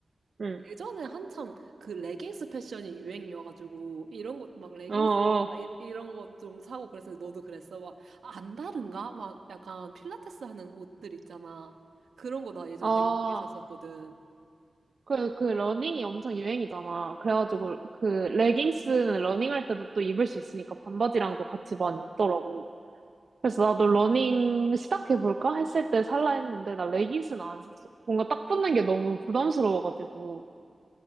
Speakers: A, on the right; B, on the right.
A: 응.
B: 예전에 한참 그 레깅스 패션이 유행이어가지고, 이런 것, 막 레깅스,
A: 어, 어.
B: 아, 이- 이런 것 좀 사고 그랬는데, 너도 그랬어? 막, 아, 안 다른가? 막 약간 필라테스 하는 옷들 있잖아. 그런 거 나 예전에
A: 아.
B: 되게 많이 샀었거든
A: 그, 그 러닝이 엄청 유행이잖아. 그래가지고 그 레깅스는 러닝할 때도 또 입을 수 있으니까 반바지랑도 같이 많이 입더라고. 그래서 나도 러닝 시작해볼까 했을 때 살라 했는데 나 레깅스는 안 샀어. 뭔가 딱 붙는 게 너무 부담스러워가지고